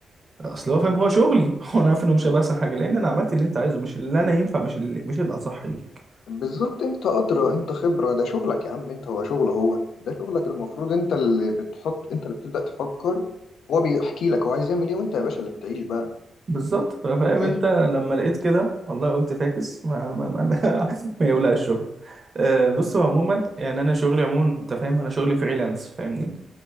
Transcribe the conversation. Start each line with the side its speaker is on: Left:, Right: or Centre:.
Right: اصل هو فاهم هو شغلي <laughs> هو انا عارف انه مش هيبقى احسن حاجة لان انا عملت اللي انت عايزه مش اللي انا ينفع مش اللي مش الاصح ليك
Left: بالظبط انت ادرى انت خبره ده شغلك يا عم انت هو شغل هو ده شغلك المفروض انت اللي بتحط انت اللي بتبدا تفكر هو بيحكي لك هو عايز يعمل ايه وانت يا باشا اللي بتعيش بقى
Right: بالظبط فاهم
Left: في الاخر
Right: انت لما لقيت كده والله قلت فاكس ما ما ما, ما, <laughs> ما يولع الشغل أه بصوا عموما يعني انا شغلي عموما انت فاهم انا شغلي فريلانس فاهمني